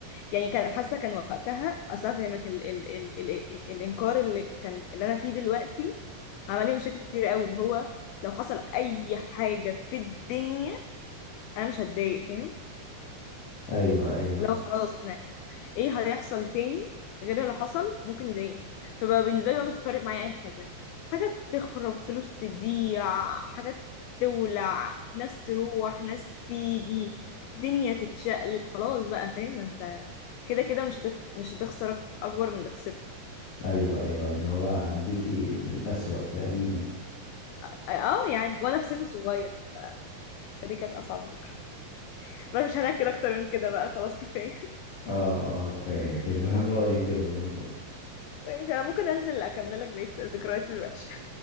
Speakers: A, on the left; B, on the left.
A: يعني كان حاسه كان وقتها اصلا فهمك ال ال ال ال الانكار اللي كان اللي انا فيه دلوقتي عمل لي مشاكل كتير قوي اللي هو لو حصل اي حاجه في الدنيا انا مش هتضايق فاهم
B: أيوة أيوة
A: لو خلاص انا ايه هيحصل تاني غير اللي حصل ممكن يضايقني فبقى بالنسبه لي بقى مش فارق معايا اي حاجه حاجه تخرب فلوس تضيع حاجه تولع ناس تروح ناس تيجي دنيا تتشقلب خلاص بقى فاهم ما انت كده كده مش هتخ... مش هتخسر اكبر من اللي خسرته
B: أيوة أيوة اللي هو عديتي بالأسوأ تقريبا
A: اه يعني وانا في سن صغير فدي كانت اصعب ذكرى بس مش هنحكي اكتر من كده بقى خلاص كفايه
B: اه اه كفاية كده <laughs> أنا رأيي كده برضو
A: <laughs> مش انا ممكن انزل اكملك بقية ذكرياتي الوحشه